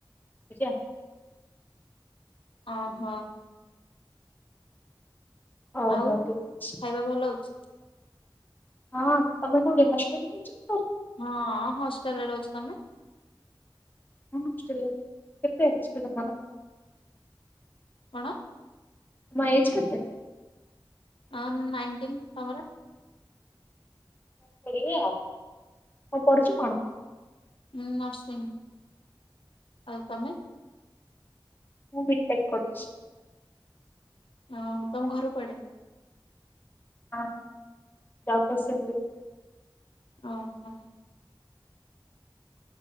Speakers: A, on the left; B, on the left.
A: <unintelligible>
B: ଓ ହୋ।
A: ଓହୋ,
B: ଆଉ
A: ଠିକ ଅଛି।
B: ଖାଇବା ଭଲ ହଉଛି
A: ହଁ ତୋମେ କୋଉଠି ହଷ୍ଟେଲ୍ ରେ ରହୁଚ?
B: ହଁ ହଷ୍ଟେଲ୍ ରେ ରହୁଛି। ତୋମେ?
A: ହଁ ହଷ୍ଟେଲ୍ ରେ କେତେ <unintelligible> ତୋମର?
B: ହଁ।
A: ତୁମ ଏଜ୍ କେତେ?
B: ଆଁ, ନାଇନଟିନ୍। ତୋମର?
A: ମୁଁ ପଢିବି ଆଉ। ତ କଣ ପଢୁଛୁ କଣ?
B: ମୁଁ ନର୍ସିଂ। ଆଉ ତୋମେ?
A: ମୁଁ ବିଟେକ୍ କରୁଛି।
B: ଓହୋ ତୋମ ଘର କୁଆଡେ?
A: ହଁ ଜଗସିଂହପୁର।
B: ଓ ହୋ।